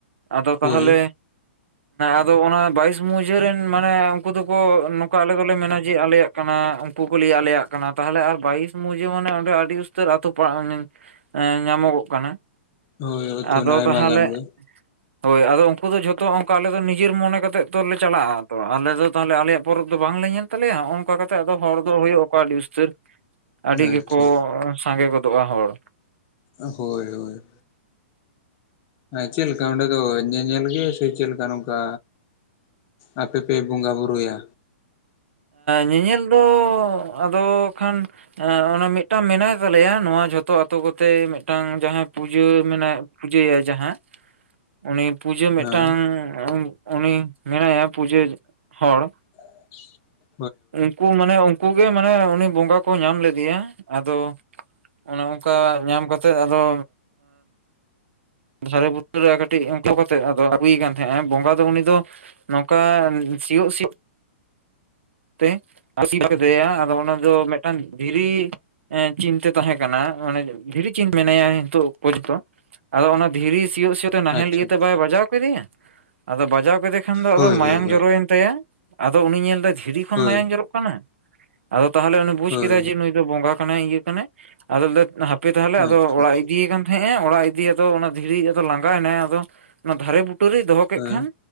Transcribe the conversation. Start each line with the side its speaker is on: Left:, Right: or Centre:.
Right: ᱟᱫᱚ ᱛᱟᱦᱚᱞᱮ
Left: ᱦᱳᱭ
Right: ᱟᱫᱚ ᱚᱱᱟ ᱵᱟᱭᱤᱥ ᱢᱩᱡᱷᱟᱹ ᱨᱮᱱ ᱢᱟᱱᱮ ᱩᱱᱠᱩ ᱫᱚᱠᱚ ᱱᱚᱝᱠᱟ ᱟᱞᱮ ᱫᱚᱞᱮ ᱢᱮᱱᱟ ᱡᱮ ᱟᱞᱮᱭᱟᱜ ᱠᱟᱱᱟ ᱩᱱᱠᱩ ᱠᱚ ᱞᱟᱹᱭᱭᱟ ᱟᱞᱮᱭᱟᱜ ᱠᱟᱱᱟ ᱛᱟᱦᱚᱞᱮ ᱟᱨ ᱵᱟᱭᱤᱥ ᱢᱩᱡᱮ ᱢᱟᱱᱮ ᱚᱸᱰᱮ ᱟᱹᱰᱤ ᱩᱥᱛᱟᱹᱨ ᱟᱹᱛᱩ ᱮ ᱧᱟᱢᱚᱜᱚᱜ ᱠᱟᱱᱟ
Left: ᱦᱳᱭ <unintelligible>
Right: ᱟᱫᱚ
Left: ᱟᱭᱢᱟ
Right: ᱛᱟᱦᱚᱞᱮ
Left: ᱜᱟᱱ ᱜᱮ
Right: ᱦᱳᱭ ᱟᱫᱚ ᱩᱱᱠᱩ ᱫᱚ ᱡᱷᱚᱛᱚ ᱚᱱᱠᱟ ᱟᱞᱮ ᱫᱚ ᱱᱤᱡᱮᱨ ᱢᱚᱱᱮ ᱠᱟᱛᱮᱜ ᱛᱚᱞᱮ ᱪᱟᱞᱟᱜᱼᱟ ᱛᱚ ᱟᱞᱮ ᱫᱚ ᱛᱟᱦᱚᱞᱮ ᱟᱞᱮᱭᱟᱜ ᱯᱚᱨᱚᱵᱽ ᱫᱚ ᱵᱟᱝᱞᱮ ᱧᱮᱞᱛᱟᱞᱮᱭᱟ ᱦᱚᱸᱜ ᱚᱱᱠᱟ ᱠᱟᱛᱮᱫ ᱟᱫᱚ ᱦᱚᱲ ᱫᱚ ᱦᱩᱭᱩᱜᱼᱟᱠᱚ ᱟᱹᱰᱤ ᱩᱥᱛᱟᱹᱨ ᱟᱹᱰᱤ ᱜᱮᱠᱚ
Left: ᱟᱪᱪᱷᱟ
Right: ᱥᱟᱸᱜᱮ ᱜᱚᱫᱚᱜᱼᱟ ᱦᱚᱲ
Left: ᱦᱳᱭ ᱦᱳᱭ ᱪᱮᱫ ᱞᱮᱠᱟ ᱚᱸᱰᱮ ᱫᱚ ᱧᱮᱧᱮᱞ ᱜᱮ ᱥᱮ ᱪᱮᱫᱞᱮᱠᱟ ᱱᱚᱝᱠᱟ ᱟᱯᱮ ᱯᱮ ᱵᱚᱸᱜᱟ ᱵᱩᱨᱩᱭᱟ
Right: ᱧᱮᱧᱮᱞ ᱫᱚ ᱟᱫᱚ ᱠᱷᱟᱱ ᱚᱱᱟ ᱢᱤᱫᱴᱟᱝ ᱢᱮᱱᱟᱭ ᱛᱟᱞᱮᱭᱟ ᱱᱚᱣᱟ ᱡᱷᱚᱛᱚ ᱟᱛᱳ ᱠᱚᱛᱮ ᱢᱤᱫᱴᱟᱝ ᱡᱟᱦᱟᱸᱭ ᱯᱩᱡᱟᱹ ᱢᱮᱱᱟᱭ ᱯᱩᱡᱟᱹᱭᱟ ᱡᱟᱦᱟᱸ ᱩᱱᱤ ᱯᱩᱡᱟᱹ ᱢᱤᱫᱴᱟᱝ
Left: ᱦᱮᱸ
Right: ᱩᱱᱤ ᱢᱮᱱᱟᱭᱟ ᱯᱩᱡᱟᱹ ᱦᱚᱲ
Left: <inaudible>
Right: ᱩᱱᱠᱩ ᱢᱟᱱᱮ ᱩᱱᱠᱩ ᱜᱮ ᱢᱟᱱᱮ ᱩᱱᱤ ᱵᱚᱸᱜᱟ ᱠᱚ ᱧᱟᱢ ᱞᱮᱫᱮᱭᱟ ᱟᱫᱚ ᱚᱱᱮ ᱚᱱᱠᱟ ᱧᱟᱢ ᱠᱟᱛᱮᱫ ᱟᱫᱚ ᱫᱟᱨᱮ ᱵᱩᱴᱟᱹ ᱨᱮ ᱠᱟᱹᱴᱤᱡ ᱚᱝᱠᱟ ᱠᱟᱛᱮᱫ ᱟᱫᱚ ᱦᱩᱭ ᱠᱟᱱ ᱛᱟᱦᱮᱸᱜ ᱵᱚᱸᱜᱟ ᱫᱚ ᱩᱱᱤ ᱫᱚ ᱱᱚᱝᱠᱟ ᱥᱤᱭᱳᱜ ᱥᱤᱭᱳᱜ ᱛᱮ <unintelligible> ᱟᱫᱮᱭᱟ ᱟᱫᱚ ᱚᱱᱟ ᱫᱚ ᱢᱤᱫᱴᱟᱝ ᱫᱷᱤᱨᱤ ᱪᱤᱱᱛᱟᱹ ᱛᱟᱦᱮᱸ ᱠᱟᱱᱟ ᱢᱟᱱᱮ ᱫᱷᱤᱨᱤ ᱪᱤᱱ ᱢᱮᱱᱟᱭᱟ ᱱᱤᱛᱚᱜ ᱯᱚᱨᱡᱚᱱᱛᱚ ᱟᱫᱚ ᱚᱱᱟ ᱫᱷᱤᱨᱤ ᱥᱤᱭᱳᱜ ᱥᱤᱭᱳᱜ ᱛᱮ ᱱᱟᱦᱮᱞ
Left: ᱟᱪᱪᱷᱟ
Right: ᱤᱭᱟᱹᱛᱮ ᱵᱟᱭ ᱵᱟᱡᱟᱣ ᱠᱮᱫᱮᱭᱟ ᱟᱫᱚ ᱵᱟᱡᱟᱣ ᱠᱮᱫᱮ ᱠᱷᱟᱱᱫᱚ
Left: ᱦᱳᱭ
Right: ᱟᱫᱚ ᱢᱟᱭᱟᱝ
Left: ᱦᱳᱭ ᱦᱳᱭ
Right: ᱡᱚᱨᱚᱭᱮᱱ ᱛᱟᱭᱟ ᱟᱫᱚ ᱩᱱᱤ ᱧᱮᱞᱛᱮ ᱫᱷᱤᱨᱤ ᱠᱷᱚᱱ
Left: ᱦᱳᱭ
Right: ᱢᱟᱭᱟᱝ ᱡᱚᱨᱚᱜ ᱟᱫᱚ ᱛᱟᱦᱚᱞᱮ ᱩᱱᱤ ᱵᱩᱡ
Left: ᱦᱳᱭ
Right: ᱠᱮᱫᱟᱭ ᱡᱮ ᱱᱩᱭ ᱫᱚ ᱵᱚᱸᱜᱟ ᱠᱟᱱᱟᱭ ᱤᱭᱟᱹ ᱠᱟᱱᱟᱭ ᱟᱫᱚᱞᱮᱫᱟᱭ ᱦᱟᱯ ᱦᱟᱯᱮ ᱛᱟᱦᱚᱞᱮ ᱟᱫᱚ
Left: ᱟᱪᱪᱷᱟ
Right: ᱚᱲᱟᱜ
Left: ᱟᱪᱪᱷᱟ
Right: ᱤᱫᱤᱭᱮ ᱠᱟᱱ ᱛᱟᱦᱮᱸᱜᱼᱟ ᱚᱲᱟᱜ ᱤᱫᱤᱭᱟᱛ ᱟᱫᱚ ᱚᱱᱟ ᱫᱷᱤᱨᱤ ᱟᱫᱚ ᱞᱟᱸᱜᱟᱭᱱᱟᱭ ᱟᱫᱚ ᱚᱱᱟ ᱫᱷᱟᱨᱮ ᱵᱩᱴᱟᱹᱨᱮ ᱫᱚᱦᱚ ᱠᱮᱫ
Left: ᱦᱳᱭ
Right: ᱠᱷᱟᱱ